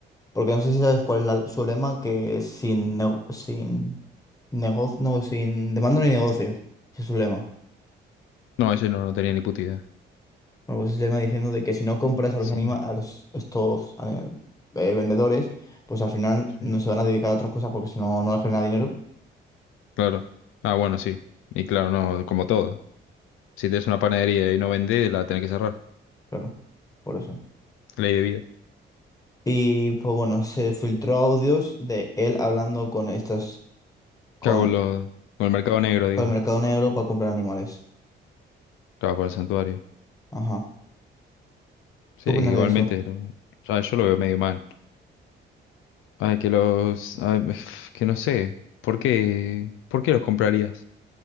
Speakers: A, on the left; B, on the left.
A: Porque no sé si sabes cuál es la- su lema, que es sin, nego- sin negocio, no, sin demanda ni negocio. Ese es su lema.
B: No, ese no, no tenía ni puta idea.
A: Bueno, pues se llama diciendo de que si no compras a
B: Sin
A: los anima
B: de-
A: a los estos eh, eh, vendedores, pues al final
B: sí.
A: no se van a dedicar a otras cosas porque si no, no les genera dinero.
B: Claro. Ah, bueno, sí. Y claro, no, como todo. Si tienes una panadería y no vendés, la tenés que cerrar.
A: Claro, por eso.
B: Ley de vida.
A: Y pues bueno, se filtró audios de él hablando con estas, con,
B: ¿Qué hago con, los- con el mercado negro, digamos?
A: con el mercado negro para comprar animales.
B: Claro, para el santuario.
A: Ajá.
B: Sí,
A: ¿Tú opinas
B: que igualmente
A: de eso?
B: lo, ya yo lo veo medio mal. Ay, que los... ay, <sighs> que no sé. ¿Por qué? ¿Por qué los comprarías?